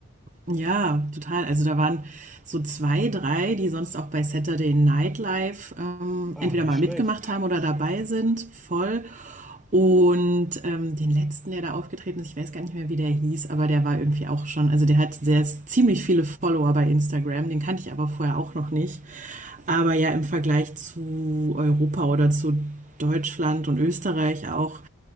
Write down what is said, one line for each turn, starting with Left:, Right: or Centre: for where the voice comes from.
Right: Ja, total. Also da waren so zwei, drei, die sonst auch bei Saturday Night Live ähm,
Centre: Ah,
Right: entweder
Centre: nicht
Right: mal
Centre: schlecht.
Right: mitgemacht haben oder dabei sind, voll. Und ähm, den letzten, der da aufgetreten ist, ich weiß gar nicht mehr, wie der hieß, aber der war irgendwie auch schon, also der hat sehr ziemlich viele Follower bei Instagram, den kannte ich aber vorher auch noch nicht. Aber ja, im Vergleich zu Europa oder zu Deutschland und Österreich auch